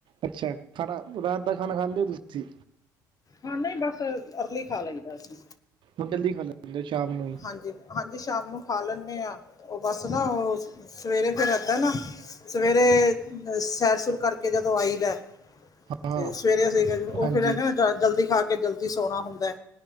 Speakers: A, on the right; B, on the left.
A: ਅੱਛਾ ਖਾਣਾ ਰਾਤ ਦਾ ਖਾਣਾ ਖਾਂਦੇ ਹੋ ਤੁਸੀਂ?
B: ਹਾਂ ਨਹੀਂ ਬਸ ਅਰਲੀ ਖਾ ਲਈਦਾ ਸੀਂ।
A: ਹੁਣ ਜਲਦੀ ਖੱਲ ਦਿੰਦੇ ਹੋ ਸ਼ਾਮ ਨੂੰ ਹੀ?
B: ਹਾਂਜੀ ਹਾਂਜੀ ਸ਼ਾਮ ਨੂੰ ਖਾ ਲੈਂਦੇ ਹਾਂ ਉਹ ਬਸ ਨਾ ਉਹ ਸਵੇਰੇ ਫਿਰ ਇੱਦਾਂ ਨਾ ਸਵੇਰੇ ਅ ਸੈਰ ਸੁਰ ਕਰਕੇ ਜਦੋਂ ਆਈ ਵੈ
A: ਹਾਂ
B: ਤੇ ਸਵੇਰੇ ਅਸੀ ਉਹ
A: ਹਾਂਜੀ
B: ਫੇਿਰ ਜਲਦੀ ਖਾ ਕੇ ਜਲਦੀ ਸੋਣਾ ਹੁੰਦਾ